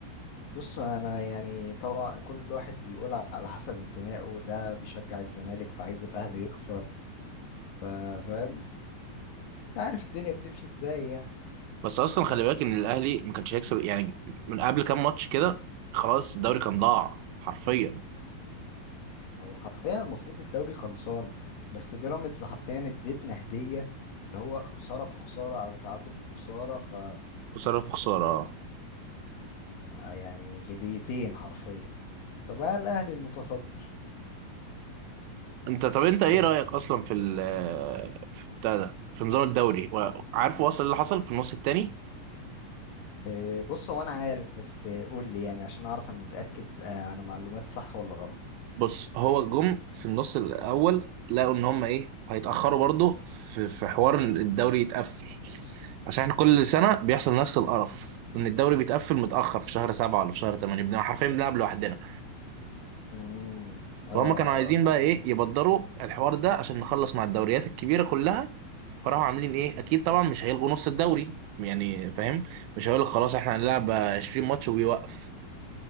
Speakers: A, on the left (about 75°); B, on the right (about 90°).
A: بص انا يعني طبعا كل واحد بيقول على حسب انتمائه ده بيشجع الزمالك فعايز الاهلي يخسر ف- فاهم؟ أنت عارف الدنيا بتمشي ازاي يعني
B: بس اصلا
A: بس
B: خلي بالك ان الاهلي ما كانش هيكسب يعني من قبل كام ماتش كده خلاص الدوري كان ضاع حرفيا
A: هو حرفيا المفروض الدوري خلصان بس بيراميدز حرفيا اديتنا هدية اللي هو خسارة في خسارة أو تعادل في خسارة ف
B: خساره في خساره
A: يعني هديتين حرفيا فبقى الأهلي المتصدر
B: انت طب انت ايه
A: إيه.
B: رأيك اصلا في ال في بتاع ده في نظام الدوري وعارف وصل اللي حصل في النص التاني
A: إيه، بص هو أنا عارف بس إيه، قول لي يعني عشان أعرف أنا متأكد آه، أنا معلومات صح ولا غلط
B: بص هو جم في النص الاول لقوا ان هم ايه هيتأخروا برضه في في حوار إن الدوري يتقفل عشان احنا كل سنة بيحصل نفس القرف ان الدوري بيتقفل متأخر في شهر سبعة ولا في شهر تمانية بنبقى حرفيا بنلعب لوحدنا
A: امم اه
B: فهم كانوا عايزين بقى ايه يبدروا الحوار ده عشان نخلص مع الدوريات الكبيرة كلها فراحوا عاملين ايه اكيد طبعا مش هيلغوا نص الدوري يعني فاهم مش هيقول لك خلاص احنا هنلعب 20 ماتش ويوقف